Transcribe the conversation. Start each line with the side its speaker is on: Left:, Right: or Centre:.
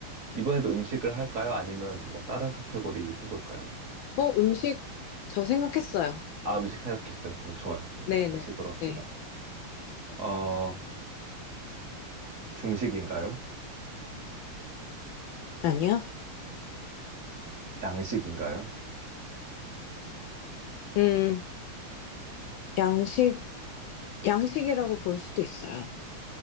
Right: 이번에도 음식을 할까요? 아니면 뭐 다른 카테고리 해볼까요?
Left: 뭐, 음식, 저 생각했어요.
Right: 아, 음식 생각했어요. 그럼 좋아요. 그럼
Left: 네네.
Right: 음식으로 합시다.
Left: 네.
Right: 어, 중식인가요?
Left: 아니요?
Right: 양식인가요?
Left: 음, 양식, 양식이라고 볼 수도 있어요.